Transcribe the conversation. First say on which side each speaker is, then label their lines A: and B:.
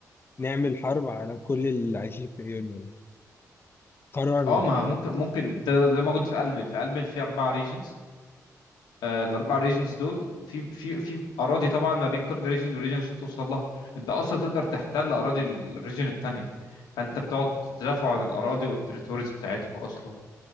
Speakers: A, on the left (about 35°); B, on the left (about 90°).
A: نعمل حرب على كل اللي عايشين في يونيون قررنا
B: اه ما
A: كده
B: هو ممكن ممكن ده ده موجود في البن في البن في اربع ريجنز آه الاربع ريجنز دول في في في اراضي طبعا ما بين كل ريجن وريجن عشان توصل لها انت اصلا تقدر تحتل اراضي الريجن الثانيه فانت بتقعد تدافع عن الاراضي والتريتوريز بتاعتكم اصلا